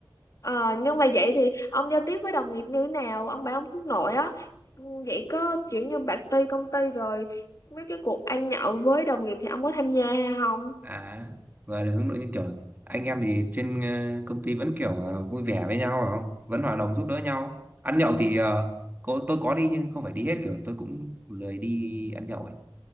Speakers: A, on the left; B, on the right.
A: ờ nhưng mà vậy thì ông giao tiếp với đồng nghiệp như thế nào ông bảo ông hướng nội á ừ, vậy có kiểu như bạch ti công ty rồi mấy cái cuộc ăn nhậu với đồng nghiệp thì ông có tham gia hay không
B: à gọi là hướng nội như kiểu anh em thì trên ờ, công ty vẫn kiểu ờ, vui vẻ với nhau phải không vẫn hòa đồng giúp đỡ nhau ăn nhậu thì ờ, có tôi có đi nhưng không phải đi hết kiểu tôi cũng lười đi ăn nhậu ấy